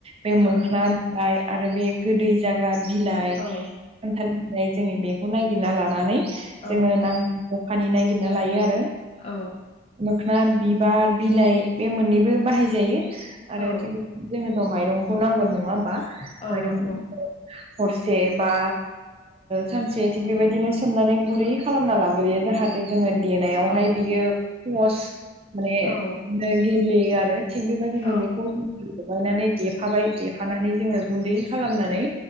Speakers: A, on the right; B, on the left.
A: बे मोखोन
B: औ
A: बिलाइ आरो बे गोदै जाग्रा बिलाइ
B: औ
A: खान्थाल बिलाइ जोङो बेखौ नायगिरना लानानै
B: औ
A: जोङो नांगौ जखानि नागिरना लायो आरो।
B: औ।
A: दखना बिबार बिलाइ बे मोननैबो बाहायजायो आरो
B: औ
A: थिग नोंथाङा माइरंखौ नांगोन नङा होमबा।
B: औ
A: माइरंखौ
B: नंगौ।
A: हरसे बा सानसे थिग बेबायदिनो सोमनानै गुरै खालामना लाग्रोयो जाहाथे जोङो देनायावहाय
B: औ
A: बियो पस माने
B: औ
A: गेब्लेयो आरो थिग बेबायदिनो
B: औ
A: बेखौ लगायनानै देफाबाय दे फानानै जोङो गुन्दै खालामनानै